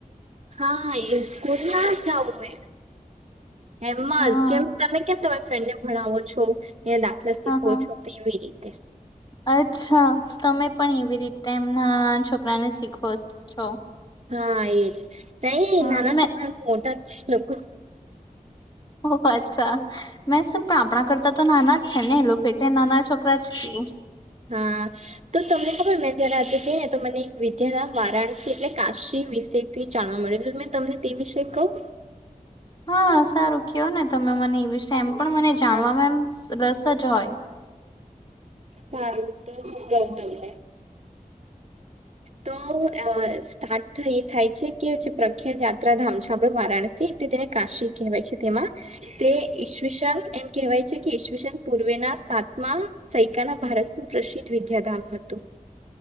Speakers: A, on the right (about 50°); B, on the left (about 30°).
A: હા એ સ્કૂલ ના જ જવું હ એમાં
B: હા
A: જેમ તમે કેમ ફ્રેન્ડને ભણાવો છો ત્યાં દાખલા શીખવો
B: હા હા.
A: છો તો એવી રીતે <inaudible>
B: અચ્છા તમે પણ એવી રીતે એમ નાના નાના છોકરાને શીખો છો
A: હા એજ નઈ
B: હા
A: નાના
B: મે
A: છોકરા મોટા લોકો
B: ઓ અચ્છા મે સુપણા આપણા કરતા તો નાના જ છે ને લોકો એટ નાના છોકરા જ કે
A: હા તો તમને ખબર મેં જયારે આજે ગઈ ને તો મને એક વિદ્યાધામ વારાણસી એટલે કાશી વિષય જાણવા મળે હત મેં તમને તે વિષ કહ
B: હા સારું કયો ને તમે મને એ એમ પણ મને જાણવાવામાં
A: હા,
B: એમ રસ જ હોય
A: સારું તો હું કવ તમને તો સ્ટાર્ટ એ થાય છે કે જે પ્રખ્યાત યાત્રાધામ છે આપડ વારાણસી એટલે તેને કાશી કહેવાય છે તેમાં તે ઈશવીશન એમ કહેવાય છે કે ઈસવીસન પૂર્વેના સાતમા સૈકાના ભારતનું પ્રસિદ્ધ વિદ્યાધામ હતું